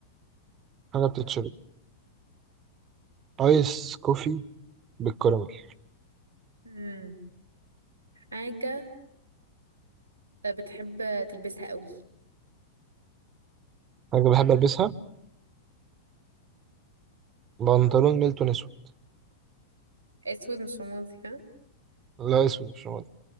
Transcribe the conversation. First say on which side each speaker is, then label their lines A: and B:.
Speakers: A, on the right; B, on the right.
A: حاجة بتتشرب آيس كوفي بالكراميل
B: مم. حاجة بتحب تلبسها قوي
A: حاجة بحب ألبسها بنطلون ميلتون أسود
B: اسود مش رمادي ها
A: لا أسود مش رمادي